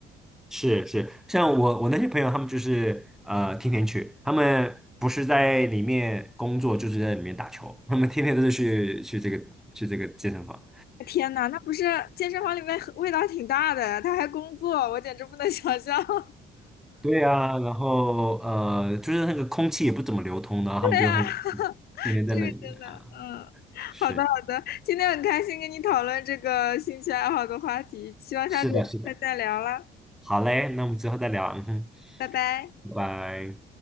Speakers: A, in the centre; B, on the left.
A: 是是，像我我那些朋友，他们就是呃天天去，他们不是在里面工作，就是在里面打球，他们天天都是去去这个去这个健身房。
B: 天呐，那不是健身房里面很味道挺大的呀他还工作，我简直不能想象。<laughs>
A: 对啊，然后呃，就是那个空气也不怎么流通的，然后他们就很
B: 对呀，
A: 天天在那里面啊。
B: 这个真的，嗯，
A: 是
B: 好的好的，今天很开心跟你讨论这个兴趣爱好的话题，希望下次有机会再聊了，
A: 是的，是的。好嘞，那我们之后再聊，嗯哼，
B: 拜拜。
A: 拜拜。